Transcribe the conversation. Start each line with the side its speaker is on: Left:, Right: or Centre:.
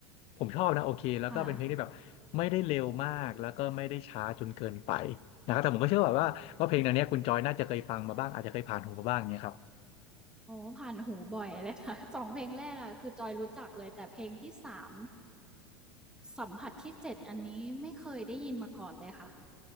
Left: ผมชอบนะโอเคแล้วก็เป็นเพลงที่แบบไม่ได้เร็วมากแล้วก็ไม่ได้ช้าจนเกินไป
Centre: ค่ะ
Left: นะครับแต่ผมก็เชื่อว่าว่าว่าเพลงแนวเนี้ยคุณจอยน่าจะเคยฟังมาบ้างอาจจะเคยผ่านหูมาบ้างเนี้ยครับ
Centre: อ๋อผ่านหูบ่อยเลยค่ะ <laughs> สองเพลงแรกอะคือจอยรู้จักเลยแต่เพลงที่3สัมผัสที่7อันนี้ไม่เคยได้ยินมาก่อนเลยค่ะ